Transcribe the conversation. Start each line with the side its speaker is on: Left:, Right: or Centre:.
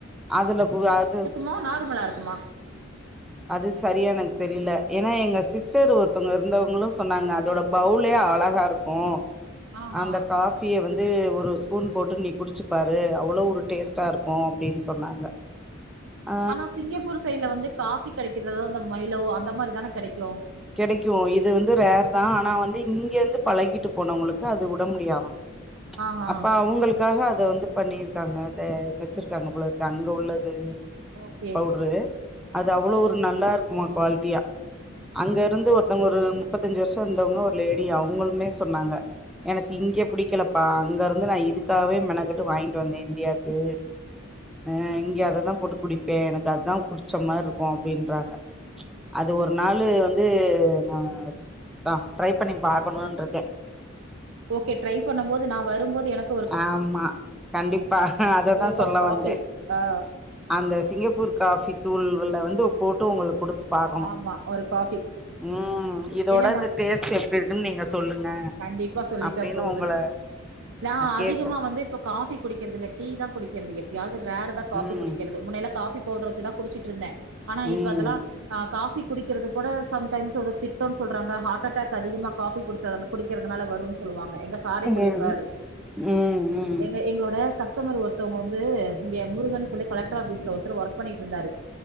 Centre: அதுல புக அது
Right: மா நார்மலா இருக்குமா
Centre: அது சரியா எனக் தெரியல ஏன்னா எங்க சிஸ்டர் ஒருத்தவங்க இருந்தவங்களு சொன்னாங்க அதோட பவுலே அழகா இருக்கு கு
Right: ஆஹா
Centre: அந்த காஃப் பிய வந்து ஒரு ஸ்பூன் போட்டு நீ குடிச்சுப்பாரு அவ்ளோ ஒரு டேஸ்ட்டா இருக்கு அப்டின் சொன்னாங்க ஆ
Right: ஆனா சிங்கப்பூர் சைட்ல வந்து காஃபி கெடைக்கிறதுதா இந்த மைலோ அந்த மாரிதான கெடைக்கு
Centre: கெடைக்கு இது வந்து ரேர்தா ஆனா வந்து இங்கே வந்து பழகிட்டு போனவங்களுக்கு அது விட முடியாம
Right: ஆஹா
Centre: அப்ப அவ்ங்களுக் க்காக அத வந்து பண்ணீருக்காங்க அத வச்சிருக்காங்க போலருக்கு அங்க உள்ளது
Right: ஓகே
Centre: பவுடரு அது அவ்வளோ ஒரு நல்லா இருக்குமா குவாலிட்டியா
Right: ம்
Centre: அங்க இருந்து ஒருத்தவங்க ஒரு முப்பத்தஞ்சு வருஷொ இருந்தவங்க ஒரு லேடி அவங்களுமே சொன்னாங்க எனக்கு
Right: ம்
Centre: இங்கே புடிக்கலப்பா இங்க இருந்து நா இதுக்காவே மெனக்கட்டு வாங்கிட்டு வந்த இந்தியாவுக்கு
Right: ம்
Centre: அ இங்க அததா போட்டு குடிப்பே எனக்கு அதா குடிச்ச மார்ருக்கு அப்டின்றாங்க
Right: ம் ம்
Centre: அது ஒரு நாளு வந்து நா தா ட்ரை பண்ணி பாக்கணுன்டுருக்கே
Right: ஓகே ட்ரை பண்ணும் போது நா வரும்போது எனக்
Centre: ஆமா கண்டிப்பா அததா
Right: ஒரு
Centre: சொல்ல
Right: கப் காஃபி
Centre: வந்தே
Right: ஆ
Centre: அந்த சிங்கப்பூர் காஃபி தூள்வல வந்து போட்டு ஒங்களுக் குடுத் பாக்கணு
Right: ஆமா ஒரு காஃபி
Centre: ம் இதோட
Right: ஏன்னா நா
Centre: அத டேஸ்ட் எப்டி இருக்குன் நீங்க சொல்லுங்க
Right: கண்டிப்பா சொல்லிட்டா
Centre: அப்டின்னு
Right: போகுது
Centre: உங்கள
Right: நா
Centre: கேக்கணு
Right: அதிகமா வந்து இப்ப காஃபி குடிக்கறதுல்ல டீ தா குடிக்கிறது எப்பயாவது ரேருதா காஃபி
Centre: ம்
Right: குடிக்கிறது முன்னையல்லா காபி பவுடர் வச்சுதா குடிச்சுட்டுருந்த ஆனா
Centre: ம்
Right: இப்ப அதுல்லா அ காஃபி குடிக்கிறது கூட சம் டைம்ஸ் அது பித்தோன் சொல்றாங்க ஹார்ட் அட்டாக் அதிகமா காஃபி குடிச்சானா குடிக் கிறதுனால வருன்னு சொல்லுவாங்க எங்க சாரே
Centre: ம் ம்
Right: சொல்லிருக்காரு
Centre: ம்
Right: எங்க
Centre: ம்
Right: எங்களோட கஸ்டமர் ஒருத்தவங்க வந்து இங்க முருகன் சொல்லி கலெக்டர் ஆஃபீஸ்ல ஒருத்தர் ஒர்க் பண்ணிட்டுருந்தாரு